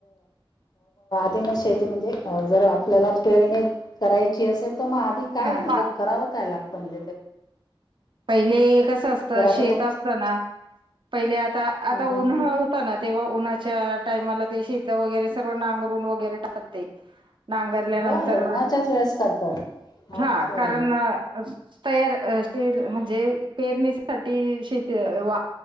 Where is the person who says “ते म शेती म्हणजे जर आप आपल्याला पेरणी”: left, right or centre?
Left